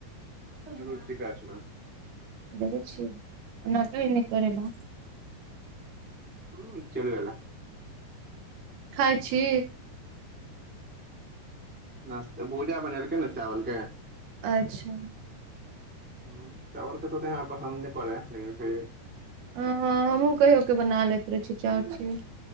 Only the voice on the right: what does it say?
दखें छिये ओना कही नहि करैला।
खाइ छी?
अच्छा।
ह हमहूँ कहियो के बना लैत रहै छी चाउर के।